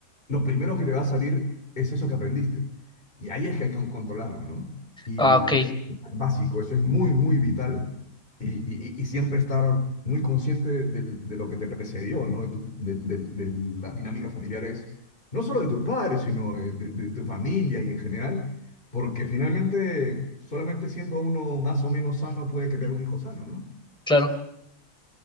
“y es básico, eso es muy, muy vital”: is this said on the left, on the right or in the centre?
Left